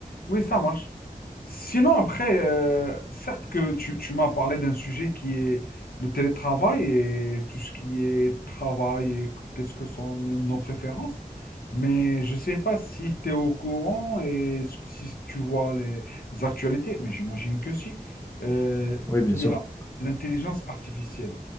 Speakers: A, on the left; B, on the left.
A: Oui, ça marche. Sinon, après, euh, certes que tu, tu m'as parlé d'un sujet qui est le télétravail et tout ce qui est travail et qu'est-ce que sont nos nos préférences, mais je ne sais pas si tu es au courant et s- si tu vois les, les actualités, mais j'imagine que si. Euh,
B: Oui, bien
A: il
B: sûr.
A: y a l'intelligence artificielle.